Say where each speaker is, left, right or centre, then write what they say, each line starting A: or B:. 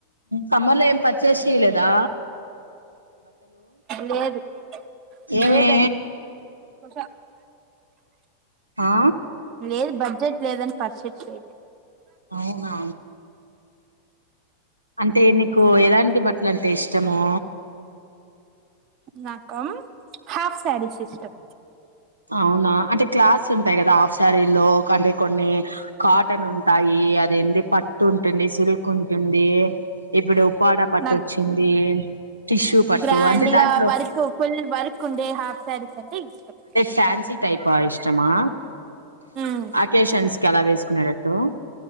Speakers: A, on the right; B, on the right.
A: కమ్మంలో ఏం పరిచేస్ చెయలేదా
B: లేదు లేదండి
A: ఏమే
B: అ
A: ఆ
B: లేదు బడ్జెట్ లేదని పర్చేస్ చేయలే
A: అవునా అంటే నీకు ఎలాంటి బట్టలు అంటే ఇష్టము
B: నాకం హాఫ్ శారీస్ ఇష్టం
A: అవునా అంటే క్లాత్స్ ఉంటాయి కదా హాఫ్ సారీలో అంటే కొన్ని కాటన్ ఉంటాయి అదేంటి పట్టు ఉంటుంది సిల్క్ ఉంటుంది ఇప్పుడు ఉప్పాడ పట్టు
B: నాకు
A: వచ్చింది టిష్యూ పట్టు
B: గ్ర్యాండ్గ
A: అంటే దాంట్లో
B: వర్క్ ఫుల్ వర్క్ ఉండే హాఫ్ శారీస్ అంటే ఇష్టం
A: ట్యాన్సి టైపా ఇష్టమా
B: ఉమ్
A: అకేషన్స్ చాలా వేసుకున్నాడట్టు